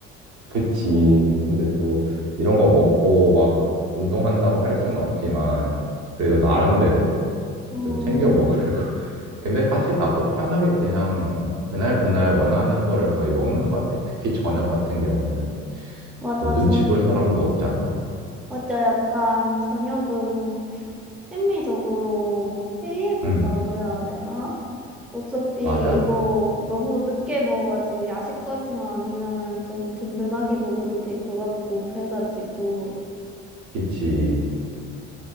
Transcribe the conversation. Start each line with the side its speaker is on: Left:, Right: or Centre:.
Right: 그치 근데 또 이런 거 먹고 막 운동한다고 할 수는 없지만 그래도 나름대로
Centre: 음,
Right: 좀 챙겨 먹으려고 <laughs> 근데 사실 나도 편하게 그냥 그날 그날 원하는 거를 거의 먹는 것 같아 특히 저녁 같은 경우는
Centre: 맞아.
Right: 뭐 눈치
Centre: 전,
Right: 볼 사람도 없잖아
Centre: 맞아. 약간 저녁은 심리적으로 해이해진다고
Right: 응
Centre: 해야 되나? 어차피
Right: 맞아
Centre: 이거
Right: 맞아
Centre: 너무 늦게 먹어가지고 야식까지만 아니면은 좀 든든하게 먹어도 될 것 같고, 그래가지고.
Right: 그치